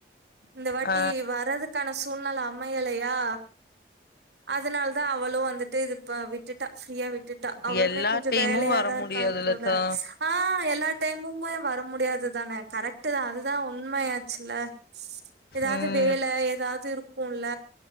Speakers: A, on the right (about 75°); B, on the left (about 60°).
A: இந்த வாட்டி
B: ஆ
A: வர்றதுக்கான சூழ்நல அமயலையா அதனால தா அவளு வந்து டு இதுப்பா விட்டுட்டா ஃரீயா விட்டுட்டா அவளுமே
B: எல்லா
A: கொஞ்சொ
B: டைமு
A: வேலையாதா
B: வர முடியாதுல்லக்கா
A: ருக்கா போல ஆ எல்லா டைமுமே வர முடியாது தான கரெக்ட் தா அதுதா உண்மையா சுல ஏதாது
B: ம்
A: வேல ஏதாது இருக்குல